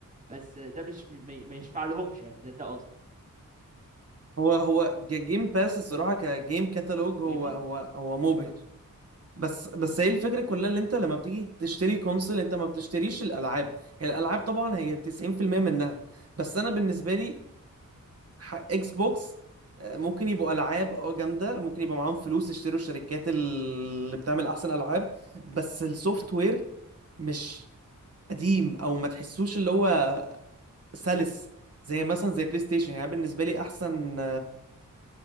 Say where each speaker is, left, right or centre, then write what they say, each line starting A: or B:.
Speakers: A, on the right; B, on the right.
A: بس آه، ده مش م- ما ما يشفع لهمش يعني ده ده قصدي
B: هو هو جيم باس الصراحه كجيم كتالوج هو
A: فاهمني
B: هو هو مبهر بس بس هي الفكره كلها اللي انت لما بتيجي تشتري كونسول انت ما بتشتريش الالعاب هي الالعاب طبعا هي 90% منها بس انا بالنسبه لي ح- اكس بوكس آه، ممكن يبقوا العاب اه جامده ممكن يبقى معاهم فلوس يشتروا الشركات اللي بتعمل احسن العاب بس السوفت وير مش قديم او ما تحسوش اللي هو سلس زي مثلا زي بلاي ستيشن يعني أنا بالنسبه لي احسن